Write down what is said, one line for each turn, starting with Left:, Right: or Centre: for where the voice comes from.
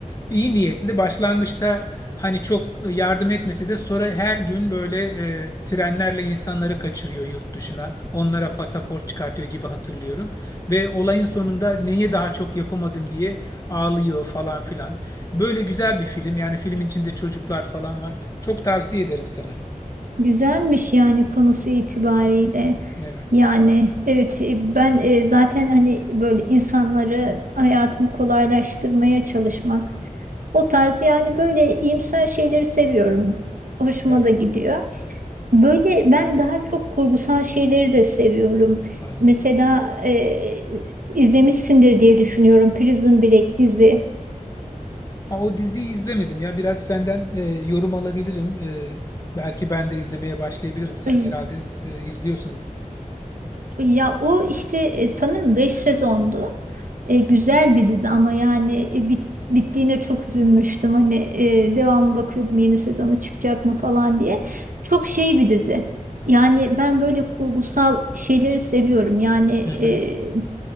Left: İyi niyetli başlangıçta Hani çok e, yardım etmese de sonra her gün böyle e, trenlerle insanları kaçırıyor yurt dışına. Onlara pasaport çıkartıyor gibi hatırlıyorum. Ve olayın sonunda neyi daha çok yapamadım diye ağlıyor falan filan. Böyle güzel bir film. Yani filmin içinde çocuklar falan var. Çok tavsiye ederim sana.
Right: güzelmiş yani konusu itibariyle.
Left: Evet,
Right: Yani evet e, ben e, zaten hani böyle insanları hayatını kolaylaştırmaya çalışmak o tarz yani böyle iyimser şeyleri seviyorum. Hoşuma
Left: evet
Right: da gidiyor. Böyle ben daha çok kurgusal şeyleri de seviyorum.
Left: anladım.
Right: Mesela e, izlemişsindir diye düşünüyorum Prison Break dizi.
Left: Ha, o diziyi izlemedim ya. Biraz senden e, yorum alabilirim. E, belki ben de izlemeye başlayabilirim. Sen
Right: Ay,
Left: herhalde e, izliyorsun.
Right: ya o işte e, sanırım 5 sezondu. E, güzel bir dizi ama yani e, bit- bittiğine çok üzülmüştüm. Hani e, devamı bakıyordum yeni sezonu çıkacak mı falan diye. Çok şey bir dizi. Yani ben böyle kurgusal şeyleri seviyorum. Yani
Left: Hı hı.
Right: e,